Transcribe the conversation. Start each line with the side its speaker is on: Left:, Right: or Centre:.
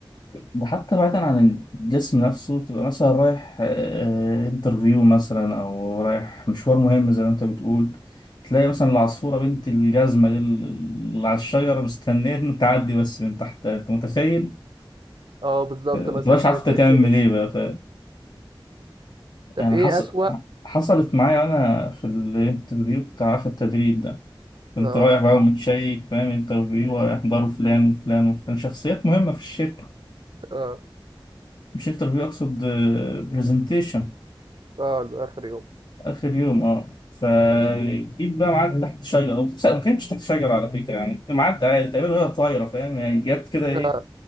Left: ده حتى بعيدا عن الجسم نفسه تبقى مثلا رايح انترفيو مثلا او رايح مشوار مهم زي ما انت بتقول تلاقي مثلا العصفورة بنت الجزمة دي اللي على الشجرة مستنية إن تعدي بس من تحتها انت متخيل؟
Right: اه بالظبط
Left: آه،
Right: مثلا
Left: ما تبقاش
Right: حاجه
Left: عارف
Right: زي
Left: انت تعمل
Right: كده
Left: ايه بقى ف
Right: طب
Left: يعني
Right: ايه
Left: حصل
Right: اسوأ
Left: حصلت معايا انا في الانترفيو بتاع في التدريب ده كنت
Right: اه
Left: رايح بقى ومتشيك فاهم انترفيو هيحضروا فلان وفلان وفلان شخصيات مهمة في الشركة
Right: اه
Left: مش انترفيو اقصد برزنتيشن
Right: اه لاخر يوم
Left: اخر يوم اه فجيت بقى معدي تحت شجره او لا، ما كانتش تحت شجره على فكره يعني معدي عادي تقريبا وهي طايره فاهم يعني جت كده ايه
Right: اه